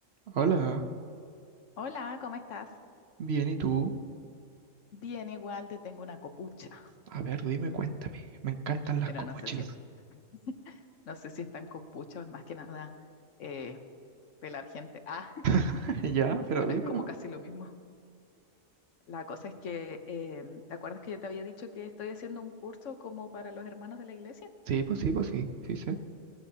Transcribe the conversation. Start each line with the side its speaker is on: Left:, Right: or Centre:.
Right: Hola,
Left: Hola, ¿cómo estás?
Right: bien, ¿y tú?
Left: Bien, igual te tengo una copucha.
Right: A ver, dime, cuéntame. Me encantan las
Left: Bueno,
Right: copuchas.
Left: no sé si es, <laughs> no sé si es tan copucha o es más que nada eh, pelar gente. Ah,
Right: <laughs> Ya,
Left: <laughs>
Right: pero
Left: bueno,
Right: dime
Left: es como
Right: no.
Left: casi lo mismo. La cosa es que, eh, ¿te acuerdas que yo te había dicho que estoy haciendo un curso como para los hermanos de la iglesia?
Right: Sí, pues sí, pues sí, sí sé.